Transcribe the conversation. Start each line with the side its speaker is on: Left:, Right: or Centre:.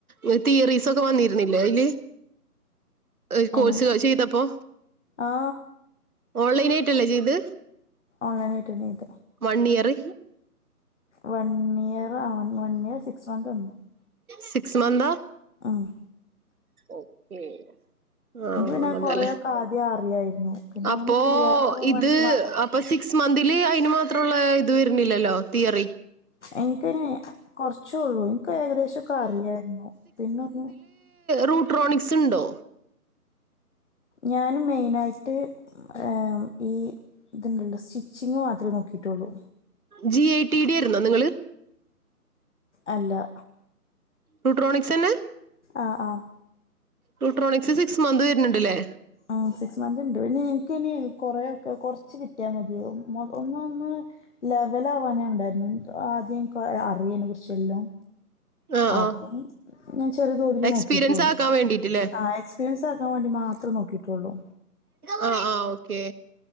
Right: ഒര് തിയറീസാെക്കെ വന്നീര്ന്നില്ലേ അയ്ല് ഒര് കോഴ്സ്
Left: എങ്ങനെ
Right: ചെയ്തപ്പോ
Left: ആ
Right: ഓൺലൈനായ്ട്ടല്ലേ ചെയ്ത്
Left: ഓൺലൈനായ്ട്ടെന്നെയ്ത്
Right: വണ്ണിയെറ്
Left: വണ്ണിയെറാ വ വൺ ഇയർ സിക്സ് മന്താന്ന്ന്നു
Right: സിക്സ് മന്താ
Left: ആഹ്
Right: ഓക്കേ ആഹ്
Left: എനിക്ക് പിന്നെ
Right: അതലേ
Left: കൊറെയൊക്കെ ആദ്യം അറിയായിരുന്നു പിന്നെ
Right: അപ്പോ
Left: അതൊന്ന് ക്ലിയർ ആവാൻ
Right: ഇത്
Left: വേണ്ടിട്ട് മാത്രം
Right: അപ്പ സി ക്സ് മന്തില് അയ്നു മാത്രെള്ളെ ഇത് വെര്ണില്ലല്ലോ തിയെറി
Left: ഇൻക്കയ്ന് കൊർച്ച് ഒള്ളു ഇൻക്ക് ഏകദേശൊക്കെ അറിയായ്ര്ന്നു പിന്നൊന്ന്
Right: റൂട്രോണിക്സ്ണ്ടോ
Left: ഞാനും മെയ്നായ്ട്ട് ഏഹ് ഈ ത്ണ്ടെല്ലൊ സ്റ്റിച്ചിങ്ങ് മാത്രേ നോക്കീട്ടാെള്ളൂ
Right: ജി ഐ ടി ഡി ഏര്ന്നോ നിങ്ങെള്
Left: അല്ലാ
Right: റൂട്രോണിക്സെന്നേ
Left: ആഹ് ആഹ്
Right: റൂട്രോണിക്സ് സിക്സ് മന്ത് വെര്ണ്‌ണ്ട്ലേ
Left: ആഹ് സിക്സ് മന്ത്ണ്ട് പിന്നെ ഇൻക്കയ്ന് കൊറേയൊക്കെ കൊർച്ച് കിട്ട്യാ മത്യാവും ഒന്നാെന്ന് ലെവെലാവാനേ ഉണ്ടായ്ര്ന്നു ൻക്ക് ആദ്യം ൻക്ക് അറിയയ്നെ കുർച്ചെല്ലോം
Right: ആഹ്
Left: അപ്പം
Right: ആഹ്
Left: ഞാൻ ചെറിയ തോതില്
Right: എക്സ്പീരിയൻസ്
Left: നോക്കീട്ടു ഒള്ളു
Right: ആക്കാൻ വേണ്ടിട്ടില്ലേ
Left: ആഹ് എക്സ് സ്പീര്യെൻസാക്കാം വാണ്ടി മാത്രെ നോക്കീട്ടാെള്ളൂ
Right: ആഹ് ആഹ് ഓക്കേ